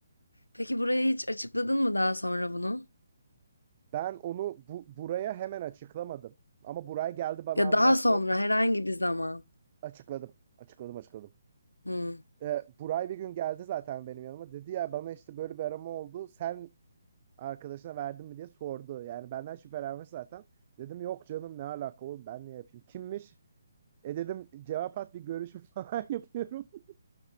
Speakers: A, on the left; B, on the right.
A: Peki buraya hiç açıkladın mı daha sonra bunu?
B: Ben onu bu, buraya hemen açıklamadım. Ama buraya geldi bana
A: Ya
B: anlattı.
A: daha sonra herhangi bir zaman.
B: Açıkladım. Açıkladım açıkladım.
A: Hmm.
B: e, Buray bir gün geldi zaten benim yanıma. Dedi ya bana işte böyle bir arama oldu. Sen arkadaşına verdin mi diye sordu. Yani benden şüphelenmiş zaten. Dedim yok canım ne alaka oğlum ben niye yapayım? Kimmiş? E dedim cevap at bir görüşüm <laughs> falan yapıyorum. <laughs>